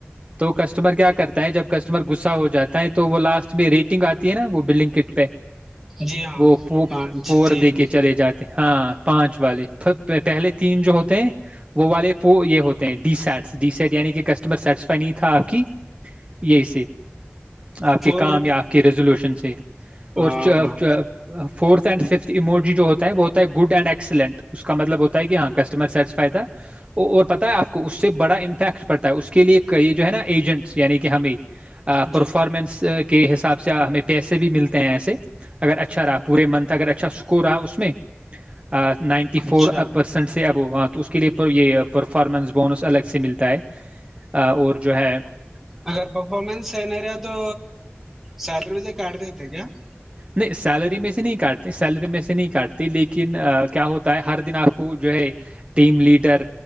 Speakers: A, on the right; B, in the centre.
A: تو کسٹمر کیا کرتا ہے جب کسٹمر گغصا ہو جاتا ہے تو وہ لاسٹ میں ریٹ نگ آتی ہے نا وہ بلڈنگ کٹ پہ
B: جی ہاں
A: وہ پو
B: <unintelligible>
A: پور
B: تین
A: دے کے چلے جاتے ہیں ہاں پانچ والے پ پہلے تین جو ہوتے ہیں وہ والے پو یہ ہوتا ڈی سیٹس ڈی سیٹ یعنی کہ کسٹمر سیٹسفائی نہیں تھا آپ کی یہی سے آپ کے
B: فور
A: کام یا آپ کی ریزولوشن جی
B: ہاں
A: <unintelligible> اور چ
B: ہاں
A: فورت اینڈ ففتھموجی جو بہت ہے گڈ اڈ ایکسلینٹ اس کا مطلب ہوتا ہے کہ ہاں کسٹمر سیٹسفائی تھا اور پتا ہے آپ کو اس سے بڑا امپیکٹ پڑتا ہے اس کے لیے ایک یہ جو ہے نا ایجنٹس یعنی کہ ہمیں
B: جی
A: پرفارمنس کے حساب سے ہمیں پیسے بھی ملتے ہیں ایسے اگر اچھا راپ پورے من تھا اگر اچھا سکور رہا اس میں نائنٹی فور
B: اچھا
A: پرسینٹ سے ابو ہاں تو اس کے لیے یہ پرفارمنس بونس الگ سے ملتا ہے اور جو ہے <unintelligible>
B: اگر پرفارمنس ہے نہیں رہیا تو سات روپئے تو کارڈ دیے کیا <unintelligible>
A: نہیں سیلری میں سے نہیں کاٹتے سیلری میں سے نہیں کاٹتے لیکن کیا ہوتا ہے ہر دن آپ کو جو ہے ٹیم لیڈر